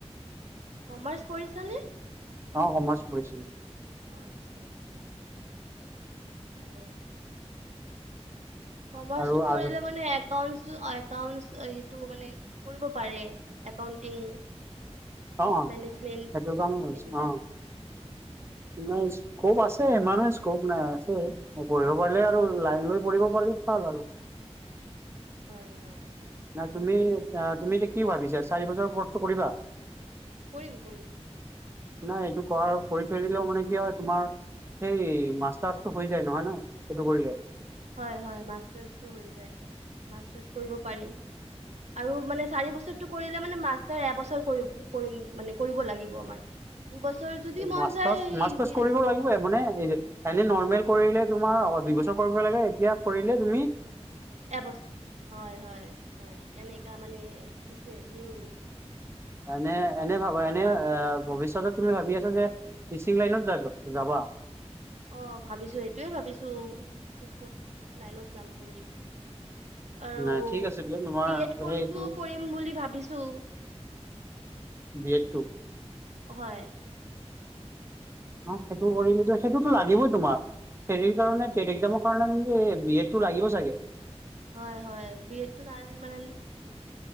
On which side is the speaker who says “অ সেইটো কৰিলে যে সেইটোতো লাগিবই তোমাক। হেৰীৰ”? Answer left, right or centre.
Right